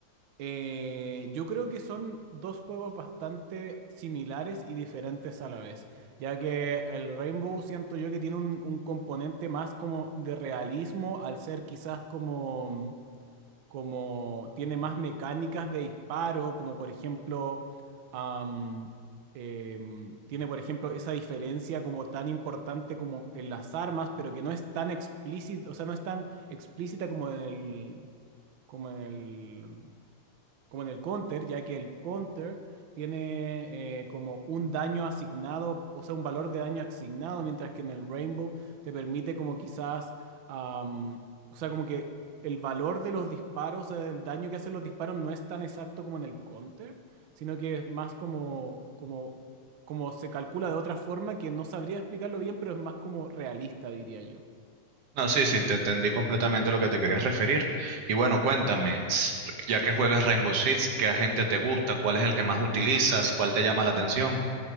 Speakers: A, on the right; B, on the right.
A: Eh, yo creo que son dos juegos bastante similares y diferentes a la vez, ya que el Rainbow siento yo que tiene un, un componente más como de realismo al ser quizás como como tiene más mecánicas de disparo, como por ejemplo, am, em, tiene por ejemplo esa diferencia como tan importante como en las armas, pero que no es tan explícita, o sea, no es tan explícita como en el, como en el como en el counter, ya que el counter tiene eh, como un daño asignado, o sea, un valor de daño asignado, mientras que en el Rainbow te permite como quizás, am, o sea, como que el valor de los disparos, o sea, el daño que hacen los disparos no es tan exacto como en el counter, sino que es más como, como, como se calcula de otra forma que no sabría explicarlo bien, pero es más como realista, diría yo.
B: No, sí, sí, te entendí completamente lo que te querías referir. Y bueno, cuéntame, s- ya que juegas Rainbow Six, ¿qué agente te gusta? ¿Cuál es el que más utilizas? ¿Cuál te llama la atención?